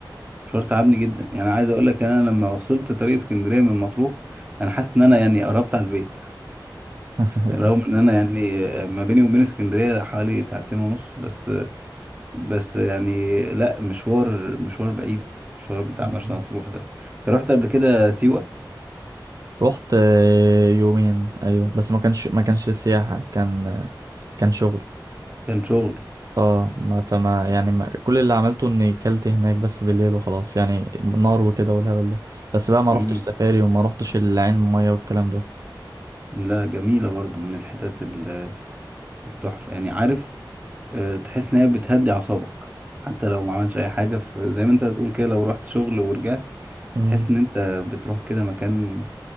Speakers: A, on the right; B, on the right.
A: مشوار تعبني جدا يعني عايز اقول لك انا لما وصلت طريق اسكندرية من مطروح انا حاسس ان انا يعني قربت على البيت
B: <laughs>
A: رغم ان انا يعني ما بيني وبين اسكندريه حوالي ساعتين ونص بس بس يعني لا مشوار مشوار بعيد مشوار بتاع
B: مم.
A: مرسى مطروح ده انت رحت قبل كده سيوه
B: رحت آه، يومين ايوه بس ما كانش ما كانش سياحة كان آه، كان شغل
A: كان شغل
B: اه ما فما يعني ما كل اللي عملته اني كلت هناك بس بالليل وخلاص يعني نار وكده والهبل ده بس بقى ما
A: مم.
B: روحتش سفاري وما روحتش العين المية والكلام ده
A: لا جميله برضو من الحتت ال- التحفه يعني عارف آه، تحس ان هي بتهدي اعصابك حتى لو ما عملتش اي حاجه في زي ما انت بتقول كده لو رحت شغل ورجعت
B: مم.
A: تحس ان انت بتروح كده مكان